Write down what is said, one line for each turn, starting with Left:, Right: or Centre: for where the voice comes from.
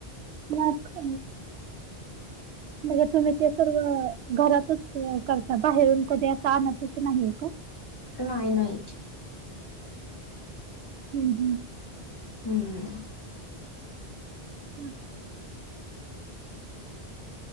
Right: ना ख <unintelligible> म्हणजे तुम्ही ते सर्व, घरातच करता, बाहेरून कधी असं आणतच, नाहीये का?
Left: नाही नाही.
Right: हम् हम्.
Left: हम्म.
Right: ह्म.